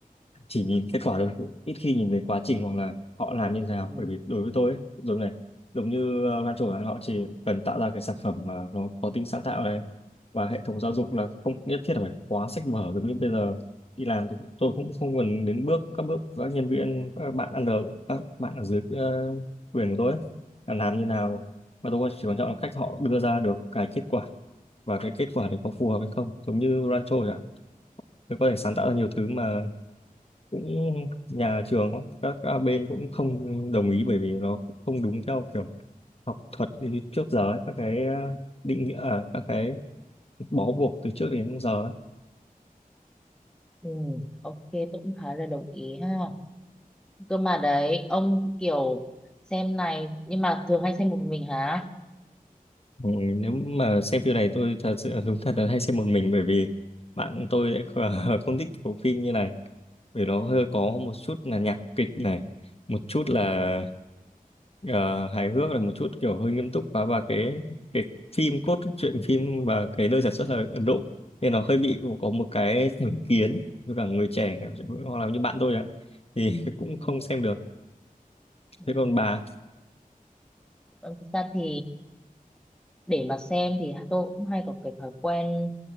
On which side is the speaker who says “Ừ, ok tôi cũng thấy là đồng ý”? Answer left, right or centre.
Centre